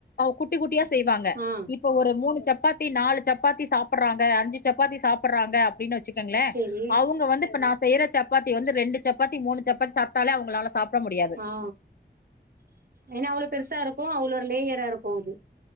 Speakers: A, on the left; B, on the right.
A: குட்டி குட்டியா செய்வாங்க
B: ஆ
A: இப்ப ஒரு மூணு சப் சப்பாத்தி நாலு சப்பாத்தி சாப்பிறாங்க அஞ்சு சப்பாத்தி சாப்பிறாங்க அப்படின்னு வச்சு‌ ங்களே
B: சேரி
A: அவங்க வந்து இப்ப நா செய்யற சப்பாத்தி வந்து ரெண்டு சப்பாத்தி மூண் சப்பாத்தி சாப்ட்டாலே அவங்ளால சாப்ட முடியாது
B: ஆ ஏன்னா அவ்ளோ பெருசா இருக்கோ அவ்ளோ லேயரா இருக்கோ அது